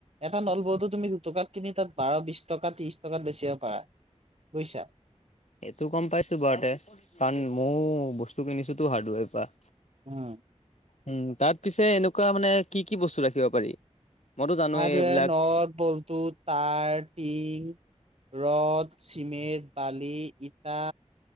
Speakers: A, on the right (about 60°); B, on the left (about 75°).
A: এটা নলবলটো তুমি দুটকাত কিনি তাত বাৰ বিশ টকা ত্ৰিছ টকাত বেচিব পাৰা বুজিছা
B: সেইটো গম পাইছো বাৰতে কাৰণ ময়ো বস্তু কিনিছো তো হাৰ্ডৱেৰ পৰা
A: উম
B: উম তাত পিছে এনেকোৱা মানে কি কি বস্তু ৰাখিব পাৰি মইতো জানোৱেই
A: হাৰ্ডৱেৰ
B: এইবিলাক
A: নদ বলটো তাৰ টিং ৰদ চিমেণ্ট বালি ইটা